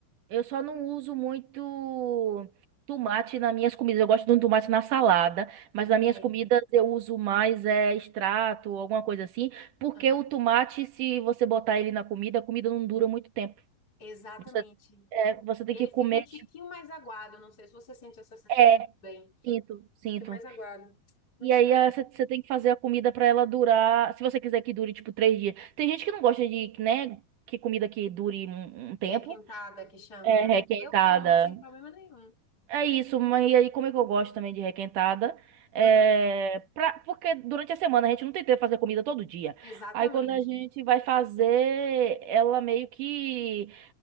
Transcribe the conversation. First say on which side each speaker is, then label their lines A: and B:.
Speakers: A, on the right (about 65°); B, on the left (about 25°).
A: eu só não uso muito tomate nas minhas comidas. Eu gosto de um tomate na salada, mas
B: Eu também.
A: nas minhas comidas eu uso mais é, extrato, alguma coisa assim, porque
B: Aham.
A: o tomate, se você botar ele na comida, a comida não dura muito tempo.
B: Exatamente.
A: Você, é, você tem
B: E
A: que
B: ele
A: comer,
B: fica um tiquinho
A: tipo,
B: mais aguado. Não sei se você sente essa sensação
A: é,
B: também. Um
A: sinto, sinto.
B: pouquinho mais aguado. Mas
A: E aí
B: tá.
A: é, você você tem que fazer a comida pra ela durar, se você quiser que dure, tipo, três dias. Tem gente que não gosta de, né, que comida que dure um um tempo.
B: Requentada, que chamam,
A: É
B: né?
A: requentada.
B: Eu como sem problema nenhum.
A: É isso, mas e aí como é que eu gosto também de requentada? É,
B: Uhum,
A: pra, porque durante a semana a gente não tem tempo de fazer comida todo dia.
B: exatamente.
A: Aí quando a gente vai fazer, ela meio que.